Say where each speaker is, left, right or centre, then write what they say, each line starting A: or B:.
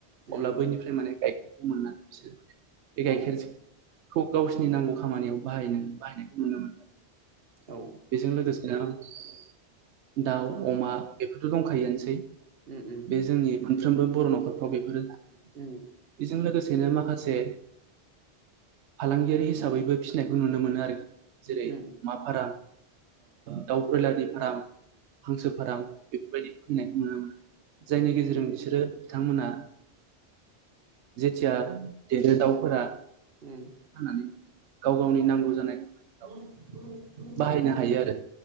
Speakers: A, on the right; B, on the right.
A: अब्ला
B: उम
A: बैनिफ्राय माने गाइखेरखौ मोननानै बिसोरो माने बे गाइखेरखौ
B: उम औ
A: गावसोर नांगौ खामानियाव बाहायनायखौ नुनो मोनो।
B: औ
A: बेजों लोगोसे ज' दाउ अमा बेफोरथ दंखायोनोसै।
B: उम उम
A: बे जोंनि मोनफ्रोमबो बर नखरफ्राव बेफोर
B: उम
A: बेजों लोगोसेनो माखासे फालांगियारि हिसाबैबो फिसिनायखौ नुनो मोनो आरोखि। जेरै
B: उम
A: अमाफाराम दाउ ब्रयलारनि फार्म, हांसो फार्म बेफोरबायदि खुलिनायखौ नुनो मोनो। जायनि
B: उम
A: गेजेरजों बिसोरो बिथांमोना जेथिया देरो दाउफोरा
B: उम
A: फाननानै गाव-गावनि नांगौ जानाय खामानिफ्राव
B: औ
A: बाहायनो
B: नंगौ
A: हायो आरो